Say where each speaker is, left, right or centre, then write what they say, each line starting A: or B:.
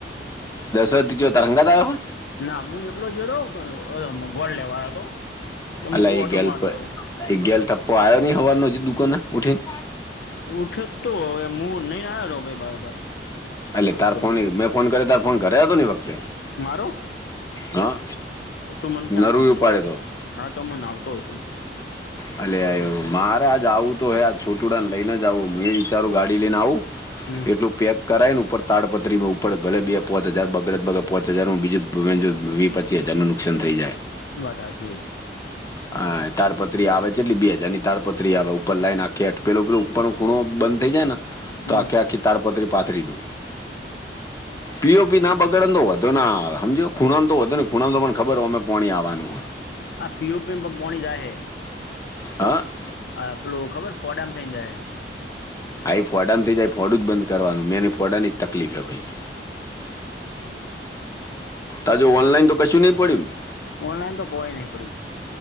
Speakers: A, on the left (about 20°); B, on the left (about 65°).
A: દશર કેયો તારંગાતાયો
B: ના હું એકલો જો હતો ઓલો ગોળ લેવાયો હતો તો
A: અ
B: હું કવ
A: એ
B: ઓટો
A: ગેલ
B: મારતો
A: એ ગેલ ટપ્પો આવ્યો નહી હોવારનો હજી દુકાને ઉઠીને
B: ઉઠે તો હવે મુ નહી આવેલો ભાઈ બરાબર
A: એટલે
B: નાસ્તો
A: તાર
B: કરી
A: ફોન મેં ફોન કર્યો તાર ફોન કરે હતો એ વખતે
B: મારો
A: હા
B: તું મને ચાન
A: નર
B: ફોન કર્યો
A: ઉપાડે તો
B: હા તો હું મન આવતો છું
A: અ મારે આજ આવું તો હે આજ છોટુડાને લઈને જ આવું હું એ વિચારું ગાડી લઈને આવું
B: હમ
A: એટલું પેક કરાય ને ઉપર તાડપત્રી ઉપર ભલે બે પોચ હજાર બગડગે પોંચ હજાર બીજું વીસ પચી હજાર ન ફક્શન થઈ જાય
B: વાત સાચી
A: હા તાડપત્રી આવે છે એટલી બે હજાર ની તાડપત્રી આવે ઉપર લાઈન આખી આખી પેલું પેલ ઉપર નો ખૂણો બંધ થઈ જાય ને
B: હમ
A: તો આખી આખી તાડપત્રી પાથરી દઉ
B: <inaudible>
A: પીઓપી ના બગડને તો વધો ના આવે સમજો ખૂણા તો વધોને ખૂણા તો મને ખબર હો અમે પોણી આવવાનું
B: આ પી ઓપીમાં પાોણી જાય હે
A: <inaudible>
B: હા પેલુ ખબર પોડામ થઈ જાય
A: આા ફોડા થઈ જાય ફોડું જ બંધ કરવાનું મેંને ફોડા ની જ તકલીફે ભાઈ ત જો ઓનલાઇન તો કશું નહીં પડીયુ ને
B: ઓનલાઈન તો કોય નહીં પડ્યું